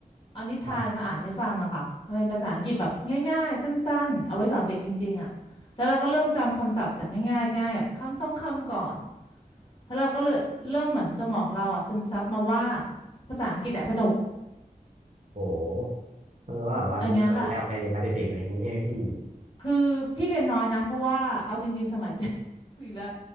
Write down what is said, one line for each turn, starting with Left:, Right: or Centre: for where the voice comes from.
Left: เอานิทานมาอ่านให้ฟังอะค่ะมันเป็นภาษาอังกฤษแบบง่ายๆสั้นๆเอาไว้สอนเด็กจริงๆอะแล้วเราก็เริ่มจำคำศัพท์จากง่ายๆง่ายแบบคำสองคำก่อน
Right: ครับ
Left: แล้วเราก็เลยเริ่มเหมือนสมองเราอะซึมซับมาว่าภาษาอังกฤษอะสนุก
Right: โอ้แปลว่าแบบว่ามีแบบแรงมาแตมาแต่เด็กอะไรอย่างงี้ใช่ไหมพี่
Left: อย่างนั้นแหละคือพี่เรียนน้อยนะเพราะว่าเอาจริงๆสมัยเจน <laughs> อีกแล้ว